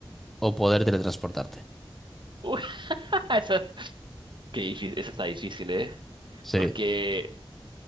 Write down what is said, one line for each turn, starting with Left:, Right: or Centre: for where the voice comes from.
Centre: o poder teletransportarte?
Right: Uy, <laughs> Esa, qué difí- esa está difícil, ¿eh?
Centre: Sí,
Right: Porque...